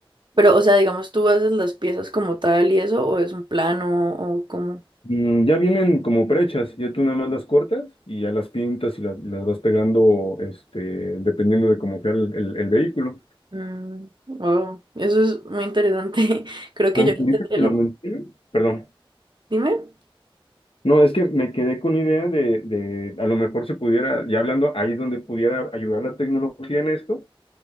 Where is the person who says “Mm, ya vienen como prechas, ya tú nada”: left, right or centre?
Left